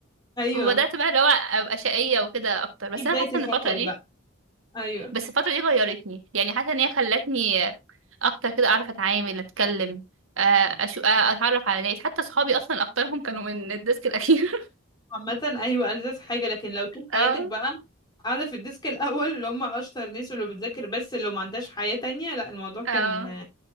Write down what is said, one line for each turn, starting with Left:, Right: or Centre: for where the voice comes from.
Left: ايوه
Right: وبدات بقى اللي هو ابقى شقيه وكده اكتر بس
Left: دي بداية
Right: انا حاسه
Left: الفشل
Right: ان الفتره دي
Left: بقى ايوه
Right: بس الفتره دي غيرتني يعني حاسه ان هي خلتني اكتر كده اعرف اتعامل اتكلم آه، أشو... آه، اتعرف على ناس حتى صحابي اصلا اكترهم كانوا من الديسك الاخير
Left: عامة ايوه ألذ حاجة لكن لو طول
Right: <laughs>
Left: حياتك
Right: اه
Left: بقى قاعدة في الديسك الأول اللي هم أشطر ناس واللي بتذاكر بس اللي ما عندهاش حياة تانية لا الموضوع كان
Right: اه